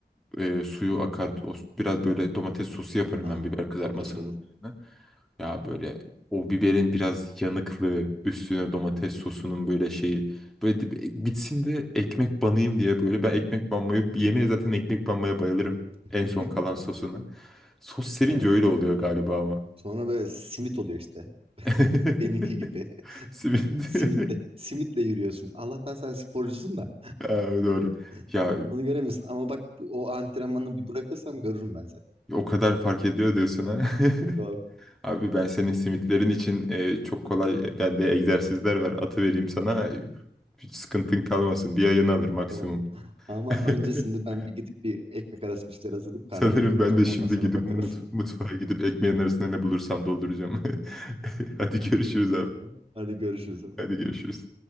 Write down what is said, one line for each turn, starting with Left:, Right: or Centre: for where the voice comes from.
Centre: e, suyu akar. O, biraz böyle domates sosu yaparım
Right: Aa,
Centre: ben biber kızartmasının.
Right: çok hoş olur.
Centre: üstüne. Ya böyle o biberin biraz yanıklığı üstüne domates sosunun böyle şeyi. Böyle dip- e, bitsin de ekmek banayım diye böyle. Ben ekmek banmayı yemeğe zaten ekmek banmaya bayılırım.
Right: <laughs>
Centre: En son kalan sosuna. Sos sevince
Right: Evet.
Centre: öyle oluyor galiba ama.
Right: Sonra böyle simit oluyor işte. <laughs>
Centre: <laughs>
Right: Be- Benimki gibi.
Centre: Simit.
Right: <laughs> Simitle,
Centre: <laughs>
Right: simitle yürüyorsun. Allah'tan sen sporcusun da.
Centre: Ha, doğru.
Right: <laughs>
Centre: Ya
Right: Onu göremiyorsun. Ama bak o antrenmanı bir bırakırsam görürüm ben seni.
Centre: o kadar fark ediyor diyorsun ha. <laughs>
Right: Yok.
Centre: Abi ben senin simitlerin için e, çok kolay bende egzersizler var. Atı vereyim sana. Hiç sıkıntın kalmasın. Bir ayını alır maksimum.
Right: Tamam. Ama öncesinde
Centre: <laughs>
Right: ben bir gidip bir ekmek arası bir şeyler hazırlayıp
Centre: Sanırım
Right: karnımı doyuracağım.
Centre: ben de şimdi
Right: Ondan sonra
Centre: gidip
Right: bakarım.
Centre: mut- mutfağa gidip ekmeğin arasında ne bulursam dolduracağım. <laughs> Hadi görüşürüz abi.
Right: <laughs> Hadi görüşürüz.
Centre: Hadi görüşürüz.